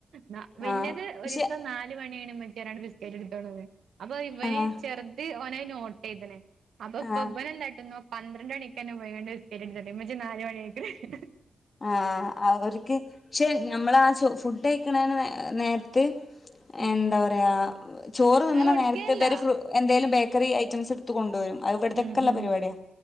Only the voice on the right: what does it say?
നാ വല്ല്യത്
ഒരിസം നാല് മണിയായി ണ് ഇമ്മച്ചേ റ്ഞാണ്ട് ബിസ്ക്കറ്റ് ടു ത്ത് കൊണ്ടന്ന് അപ്പൊ ഇവന്
ചെറു ത് ഓനായി നോട്ട യ്ത് ണ് അപ്പം പ്പം
ഇമ്പന് എന്താ ട്ടുന്നേ പന്ത്രണ്ടണിക്കന്നെ പോയി കാണ്ട് ബിസ്കറ്റ് ട്ത്ത്ട്ട് ഇമ്മ ച്ചി നാല് മണിയായി ക്ക് ണ്
ഉം
ഞാൻ
കൊടുക്കേല്ല
ഉം ഉം